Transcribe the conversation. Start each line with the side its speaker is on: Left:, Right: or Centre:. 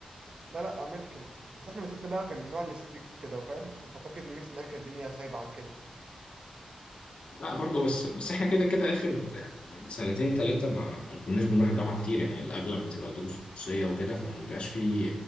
Right: لا لا امريكان بس احنا مدرستنا بقى كان من نوع الستريكت كده فاهم انت اعتقد ان ميس مالكه الدنيا سايبه عن كده
Left: لا برضه بس بس احنا كده كده اخر آه، سنتين ثلاثة ما ما كناش بنروح الجامعة كتير يعني الاغلب بتبقى دروس خصوصية وكده فما بيبقاش في